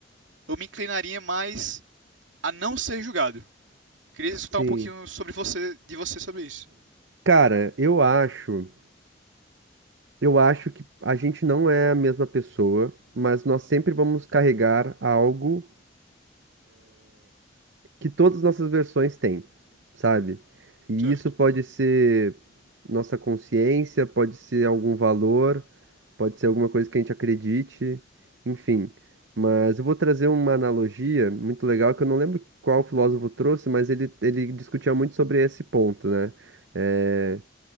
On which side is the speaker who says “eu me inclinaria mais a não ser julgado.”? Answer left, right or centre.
Right